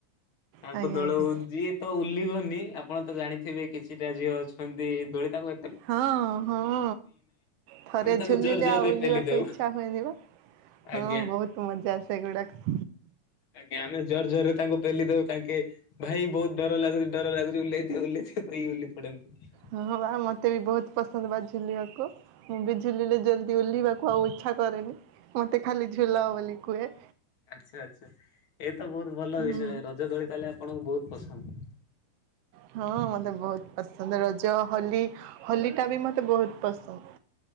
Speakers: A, on the left (about 45°); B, on the right (about 75°).
A: ତାଙ୍କ
B: ଆଜ୍ଞା
A: ଦଳ
B: ଆଜ୍ଞା
A: ହଉ ଯି ତ ଉଲ୍ଲିବନି ଆପଣ ତ ଜାଣିଥିବେ କିଛିଟା ଝିଅ ଅଛନ୍ତି ଏ ଦୋଳିଟାକୁ
B: ହଁ-ହଁ ଥରେ
A: ଆମେ ତାଙ୍କୁ
B: ଝୁଲିଲେ
A: ଜୋର ଜୋରରେ
B: ଆଉ ଉଲିବାକୁ
A: ପେଲି ଦଉ
B: ଇଚ୍ଛା ହୁଏନ ବା। ହଁ
A: ଆଜ୍ଞା।
B: ବହୁତ୍ ମଜା ସେଗୁଡ଼ାକ।
A: ଆଜ୍ଞା, ଆମେ ଜୋର-ଜୋର ରେ ତାଙ୍କୁ ପେଲିଦଉ ତାଙ୍କେ ଭାଇ ବହୁତ୍ ଡର ଲାଗୁଚି ଡର ଲାଗୁଚି ଓଲ୍ହେଇ ଦିଅ ଓଲ୍ହେଇ ଦିଅ କହିକି ଓଲ୍ହେଇ ପଡନ୍ତି।
B: ହଁ ବା ମତେ ବି ବହୁତ୍ ପସନ୍ଦ ବା ଝୁଲିବାକୁ। ମୁଁ ବି ଝୁଲିଲେ ଜଲ୍ଦି ଓହ୍ଲିବାକୁ ଆଉ ଇଚ୍ଛା କରେନି, ମତେ ଖାଲି ଝୁଲାଅ ବୋଲି କୁହେ।
A: ଆଚ୍ଛା-ଆଚ୍ଛା ଏଇତ ବହୁତ୍ ଭଲ ବିଷୟ
B: ହୁଁ
A: ରଜ ଦୋଳି ତାହଲେ ଆପଣଙ୍କୁ ବହୁତ୍ ପସନ୍ଦ।
B: ହଁ ମତେ ବହୁତ୍ ପସନ୍ଦ ରଜ ହୋଲି ହୋଲିଟା ବି ମତେ ବହୁତ୍ ପସନ୍ଦ।